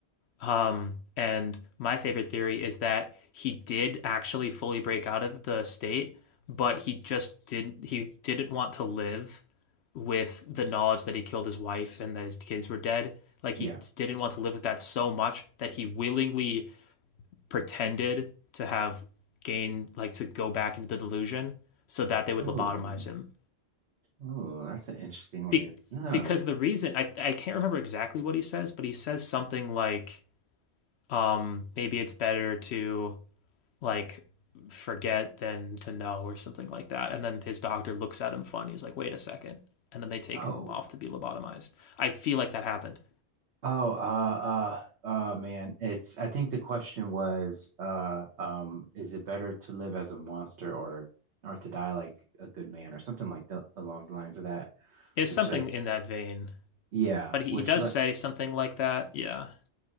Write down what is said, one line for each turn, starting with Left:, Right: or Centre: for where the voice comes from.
Left: Um and my favorite theory is that he did actually fully break out of the state, but he just didn't he didn't want to live with the knowledge that he killed his wife and that his kids were dead. Like he
Right: yeah.
Left: didn't want to live with that so much that he willingly pretended to have gained, like to go back into the delusion so that they would
Right: Oh.
Left: lobotomize him.
Right: Oh, that's an interesting way.
Left: Be
Right: It's no.
Left: because the reason I I can't remember exactly what he says, but he says something like, um, maybe it's better to like forget than to know or something like that. And then his doctor looks at him funny. He's like, wait a second. And then they take
Right: Oh.
Left: him off to be lobotomized. I feel like that happened.
Right: Oh, uh uh uh man, it's I think the question was uh um is it better to live as a monster or or to die like a good man or something like that along the lines of that,
Left: It was
Right: which
Left: something
Right: like
Left: in that vein.
Right: yeah,
Left: But he,
Right: which
Left: he does
Right: le-
Left: say something like that. Yeah.